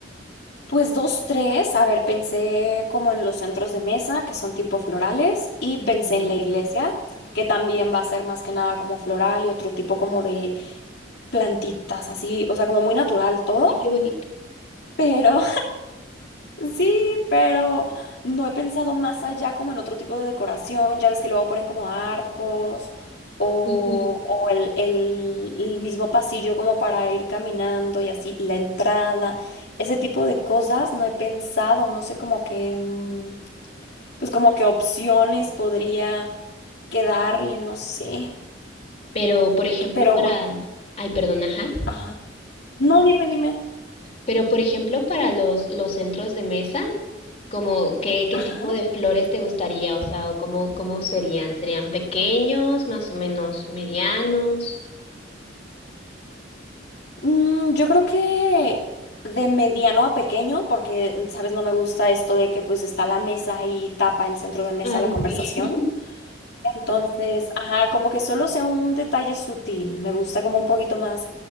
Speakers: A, on the left; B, on the left.
A: Pues dos, tres. A ver, pensé como en los centros de mesa, que son tipo florales, y
B: Ujú.
A: pensé en la iglesia, que también va a ser más que nada como floral y otro tipo como de plantitas, así, o sea, como muy natural todo,
B: Ay, qué bonito.
A: pero Sí, pero no he pensado más allá como en otro tipo de decoración. Ya ves que luego ponen como arcos o,
B: Ujú.
A: o el, el- el mismo pasillo como para ir caminando y así la entrada. Ese tipo de cosas no he pensado, no sé como que, mm, pues como qué opciones podría quedarle, no sé.
B: Pero, por ejemplo,
A: Pero
B: para...
A: bueno,
B: Ay, perdón, ajá.
A: ajá. No, dime, dime.
B: Pero, por ejemplo, para los, los centros de mesa, como qué, qué
A: Ajá.
B: tipo de flores te gustaría, o sea, o cómo, cómo serían, ¿serían pequeños, más o menos medianos?
A: Mm, yo creo que de mediano a pequeño, porque, mm, sabes, no me gusta esto de que pues está la mesa y tapa el centro de mesa
B: Ay,
A: la conversación.
B: sí.
A: Entonces, ajá, como que solo sea un detalle sutil. Me gusta como un poquito más,